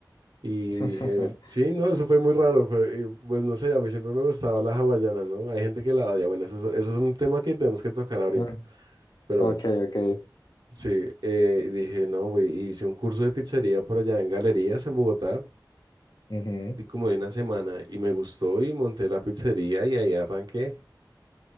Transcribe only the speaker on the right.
Y
dije, sí, no, eso fue muy raro. fue- y, pues no sé, a mí siempre me gustaba la hawaiana, ¿no? Hay gente que la odia. Bueno, eso, es- eso es un tema que tenemos que tocar ahorita,
pero
bueno.
Sí, eh, y dije, no, güey, hice un curso de pizzería por allá en Galerías, en Bogotá,
de como de una semana, y me gustó y monté la pizzería y ahí arranqué.